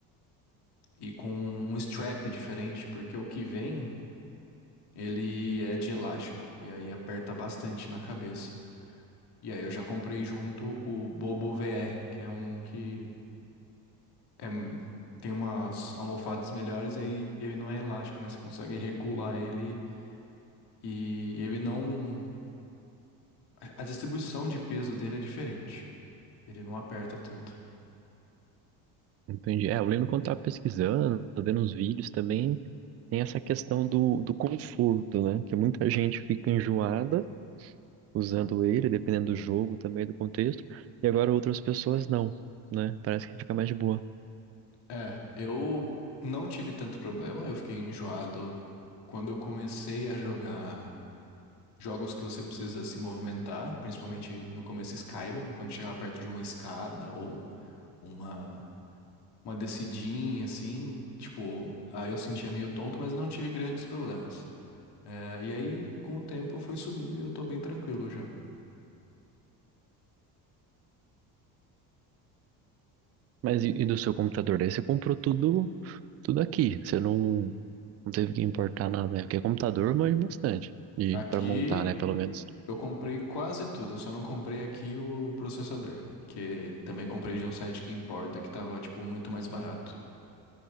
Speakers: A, on the left (about 55°); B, on the right (about 35°).
A: E com um strap diferente, porque o que vem, ele é de elástico e aí aperta bastante na cabeça. E aí eu já comprei junto o Bobo VR, que é um que é, tem umas almofadas melhores e aí ele não é elástico, né? Você consegue regular ele e ele não a a distribuição de peso dele é diferente. Ele não aperta tanto.
B: Entendi. É, eu lembro quando tava pesquisando, vendo uns vídeos também, tem essa questão do, do conforto, né? Que muita gente fica enjoada usando ele, dependendo do jogo também, do contexto. E agora outras pessoas não, né? Parece que fica mais de boa.
A: É, eu não tive tanto problema, eu fiquei enjoado quando eu comecei a jogar jogos que você precisa se movimentar, principalmente no começo Skyrim, quando chegava perto de uma escada ou uma uma descidinha assim, tipo, aí eu sentia meio tonto, mas eu não tive grandes problemas. É, e aí com o tempo foi sumindo e eu tô bem tranquilo já.
B: Mas e, e do seu computador? Daí você comprou tudo, tudo aqui. Você não, não teve que importar nada, né? Porque é computador manja bastante. e
A: Aqui
B: para montar, né? Pelo menos.
A: Eu comprei quase tudo, eu só não comprei aqui o processador, que também comprei de um site que importa que tava, tipo, muito mais barato.